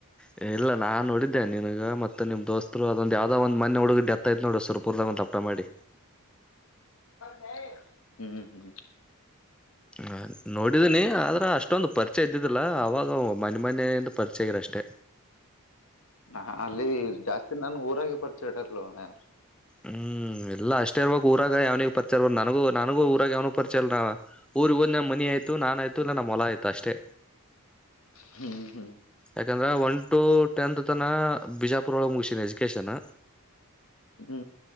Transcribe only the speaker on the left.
ಹೇ.. <unintelligible> ಹೂ
ಹ ಅಲ್ಲಿ ಜಾಸ್ತಿ ನನ್ ಊರಾಗ ಪರ್ಚಡರ್ಲನಾರ
ಹೂ ಹೂಂ
ಹೂ